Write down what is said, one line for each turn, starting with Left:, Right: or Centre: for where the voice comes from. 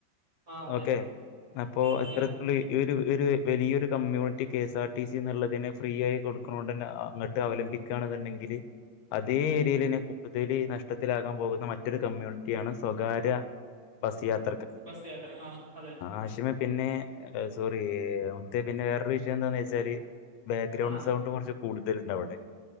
Right: ആഹ് അതെ
Left: ഓക്കെ അപ്പോ അത്തരത്തിലുള്ള
Right: ഓക്കെ ഓക്കെ
Left: വലിയൊരു community K S R T C എന്നുള്ളതിനെ ഫ്രീ ആയി കൊടുക്കണണ്ട് അങ്ങോട്ട് അവലംബിക്കുകയാണെന്നുണ്ടെങ്കിൽ അതേ ഏരിയയിൽെ കൂടുതൽ നഷ്ടത്തിലാകാൻ പോകുന്ന മറ്റൊരു കമ്മ്യൂണിറ്റിയാണ് സ്വകാര്യ ബസ്സ് യാത്ര
Right: ബസ് യാത്ര ആഹ അതെ
Left: ആഷിമേ പിന്നെ സോറി മത്ത പിന്നെ വേറെ വിഷയംന്താന്ന് വെച്ചാല് ബാക്ക്ഗ്രൗണ്ട്
Right: ആഹ് ആഹ്
Left: സൗണ്ട് കുറച്ച് കൂടു ഇണ്ട് അവിടെ